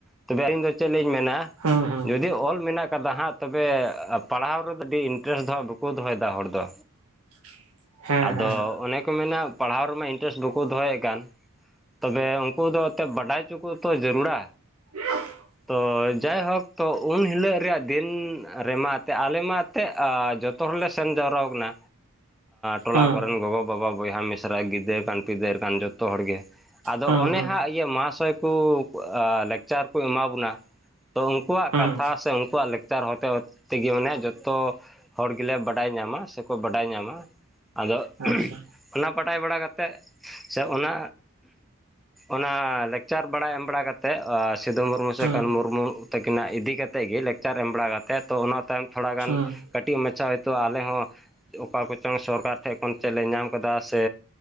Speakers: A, in the centre; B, on the right (about 85°).
A: ᱛᱚᱵᱮ ᱟᱹᱞᱤᱧ ᱫᱚ ᱪᱮᱫ ᱞᱤᱧ ᱢᱮᱱᱟ
B: ᱦᱩᱸ ᱦᱩᱸ
A: ᱡᱩᱫᱤ ᱚᱞ ᱢᱮᱱᱟᱜ ᱟᱠᱟᱫᱟ ᱦᱟᱸᱜ ᱛᱚᱵᱮ ᱯᱟᱲᱦᱟᱣ ᱨᱮᱫᱚ ᱟᱹᱰᱤ ᱤᱱᱴᱟᱨᱮᱥᱴ ᱫᱚᱦᱟᱸᱟᱜ ᱵᱟᱠᱚ ᱫᱚᱦᱚᱭᱮᱫᱟ ᱦᱚᱲ ᱫᱚ᱾
B: <unintelligible> ᱦᱮᱸ
A: ᱟᱫᱚ
B: ᱦᱮᱸ
A: ᱚᱱᱮ ᱠᱚ ᱢᱮᱱᱟ ᱯᱟᱲᱦᱟᱣ ᱨᱮᱢᱟ ᱤᱱᱴᱮᱨᱮᱥᱴ ᱵᱩᱠ ᱠᱚ ᱫᱚᱦᱚᱭᱮᱫ ᱠᱟᱱ ᱛᱚᱵᱮ ᱩᱱᱠᱩ ᱫᱚ ᱮᱱᱛᱮᱫ ᱵᱟᱰᱟᱭ ᱦᱚᱪᱚ ᱠᱚᱛᱚ ᱡᱟᱹᱨᱩᱲᱟ᱾
B: <unintelligible>
A: ᱛᱚ ᱡᱟᱭᱦᱳᱠ ᱛᱚ ᱩᱱ ᱦᱤᱞᱳᱜ ᱨᱮᱭᱟᱜ ᱫᱤᱱ ᱨᱮᱢᱟ ᱮᱛ ᱟᱞᱮ ᱢᱟ ᱛᱮᱜ ᱡᱚᱛᱚ ᱦᱚᱲ ᱞᱮ ᱥᱮᱱ ᱡᱟᱣᱨᱟ ᱠᱟᱱᱟ᱾ ᱴᱚᱞᱟ
B: ᱦᱩᱸ
A: ᱠᱚᱨᱮᱱ ᱜᱚᱜᱚ ᱵᱟᱵᱟ ᱵᱚᱭᱦᱟ ᱢᱤᱥᱨᱟ ᱜᱤᱫᱟᱹᱨ ᱠᱟᱱ ᱯᱤᱫᱟᱹᱨ ᱠᱟᱱ ᱡᱚᱛᱚ ᱦᱚᱲ ᱜᱮ᱾ ᱟᱫᱚ
B: ᱦᱩᱸ
A: ᱚᱱᱮ
B: ᱦᱩᱸ
A: ᱦᱟᱸᱜ ᱤᱭᱟᱹ ᱢᱚᱦᱟᱥᱚᱭ ᱠᱚ ᱞᱮᱠᱪᱟᱨ ᱠᱚ ᱮᱢᱟ ᱵᱚᱱᱟ ᱛᱚ ᱩᱱᱠᱩᱣᱟᱜ
B: ᱦᱩᱸ
A: ᱠᱟᱛᱷᱟ ᱥᱮ ᱩᱱᱠᱩᱣᱟᱜ ᱞᱮᱠᱪᱟᱨ ᱦᱚᱛᱮ ᱦᱚᱛᱮ ᱛᱮᱜᱮ ᱢᱟᱱᱮ ᱡᱚᱛᱚ ᱦᱚᱲ ᱜᱮᱞᱮ ᱵᱟᱰᱟᱭ ᱧᱟᱢᱟ ᱥᱮᱠᱚ ᱵᱟᱰᱟᱭ ᱧᱟᱢᱟ᱾ ᱟᱫᱚ
B: ᱟᱪᱪᱷᱟ
A: ᱚᱱᱟ ᱵᱟᱰᱟᱭ ᱵᱟᱲᱟ ᱠᱟᱛᱮᱫ ᱥᱮ ᱚᱱᱟ ᱚᱱᱟ ᱞᱮᱠᱪᱟᱨ ᱵᱟᱲᱟᱭ ᱮᱢ ᱵᱟᱲᱟ ᱠᱟᱛᱮᱫ ᱟ ᱥᱤᱫᱩ ᱢᱩᱨᱢᱩ ᱥᱮ
B: ᱦᱩᱸ
A: ᱠᱟᱹᱱᱦᱩ ᱢᱩᱨᱢᱩ ᱛᱟᱹᱠᱤᱱᱟᱜ ᱤᱫᱤ ᱠᱟᱛᱮᱫ ᱜᱮ ᱞᱮᱠ ᱪᱟᱨ ᱮᱢ ᱵᱟᱲᱟ ᱠᱟᱛᱮᱫ ᱛᱚ ᱚᱱᱟ ᱛᱟᱭᱚᱢ ᱛᱷᱚᱲᱟ ᱜᱟᱱ
B: ᱦᱩᱸ
A: ᱠᱟᱹᱴᱤᱡ ᱢᱟᱪᱷᱟ ᱦᱳᱭᱛᱳ ᱟᱞᱮ ᱦᱚᱸ ᱚᱠᱟ ᱠᱚᱪᱚᱝ ᱥᱚᱨᱠᱟᱨ ᱴᱷᱮᱡ ᱠᱷᱚᱱ ᱪᱮᱫ ᱞᱮ ᱧᱟᱢ ᱠᱟᱫᱟ ᱥᱮ